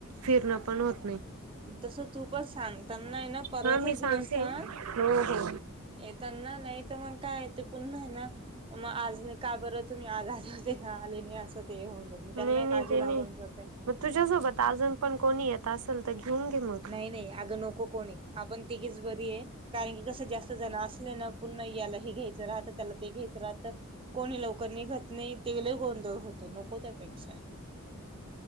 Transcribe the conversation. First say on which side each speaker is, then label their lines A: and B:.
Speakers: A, on the right; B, on the right.
A: फिरणं पण होत नाही.
B: तसं तू पण सांगता नाही ना परवाचाच
A: हा मी सांगते
B: दिवस स
A: हो हो
B: त्यांना नाही तर मग काय य ते पुन्हा आहे, ना मग आज काय बत तुम्ही आज आजतेना आले नाही असं ते होऊन जात त्यांनाही
A: नाही नाही
B: काळजी
A: ते
B: लागवून
A: नाही
B: जाते
A: मग तुझ्यासोबत अजून पण कोणी येत. असेल तर घेऊन घे मग
B: नाही नाही अगं नको कोणी आपण तिघीच बरी आहे कारण की कसं जास्त जण असले ना पुन्हा याला हे घ्यायचं राहतं त्याला ते घ्यायचं राहतं कोणी लवकर निघत नाही ते लय गोंधळ होतो नको त्यापेक्षा